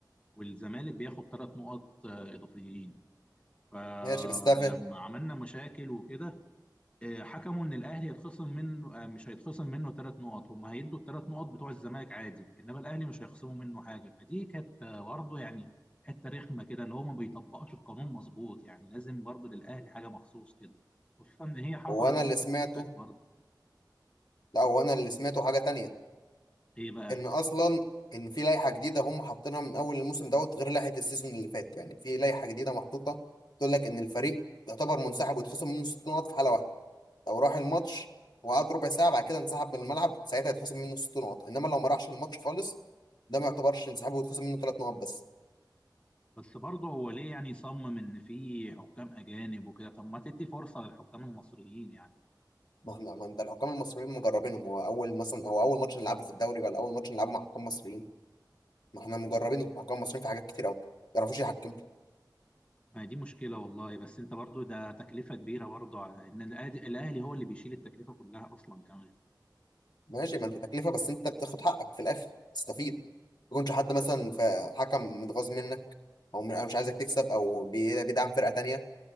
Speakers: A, on the left; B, on the left.
A: والزمالك بياخد ثلاث نقط آه، اضافيين فلما
B: ماشي بس ده فين
A: عملنا مشاكل وكده آه، حكموا ان الاهلي هيتخصم منه آه، مش هيتخصم منه ثلاث نقط هم هيدوا الثلاث نقط بتوع الزمالك عادي انما الاهلي مش هيخصموا منه حاجه فدي كانت آه، برضه يعني حته رخمه كده ان هو ما بيطبقش القانون مظبوط يعني لازم برضه للاهلي حاجه مخصوص كده خصوصا ان هي حصلت
B: هو انا
A: الموسم
B: اللي سمعته
A: اللي فات برضه
B: لا هو انا اللي سمعته حاجه تانية
A: ايه بقى
B: ان اصلا ان في لائحه جديده هم حاطينها من اول الموسم دوت غير لائحه السيزون اللي فات يعني في لائحه جديده محطوطه تقول لك ان الفريق يعتبر منسحب ويتخصم منه 60 نقط في حاله واحده لو راح الماتش وقعد ربع ساعه بعد كده انسحب من الملعب ساعتها يتخصم منه 60 نقط انما لو ما راحش الماتش خالص ده ما يعتبرش انسحاب ويتخصم منه 3 نقط بس
A: بس برضه هو ليه يعني يصمم ان في حكام اجانب وكده طب ما تدي فرصه للحكام المصريين يعني
B: ما احنا ما انت الحكام المصريين مجربينهم هو اول مثلا هو اول ماتش نلعبه في الدوري ولا اول ماتش نلعبه مع حكام مصريين ما احنا مجربين الحكام المصريين في حاجات كتير قوي ما يعرفوش يحكموا
A: ما هي دي مشكله والله بس انت برضه ده تكلفه كبيره برضه على ان الأهلي الأهلي هو اللي بيشيل التكلفه كلها اصلا كمان
B: ماشي ما انت تكلفه بس انت بتاخد حقك في الاخر تستفيد ما يكونش حد مثلا فحكم متغاظ منك او م- أو مش عايزك تكسب او بي- بيدعم فرقه تانية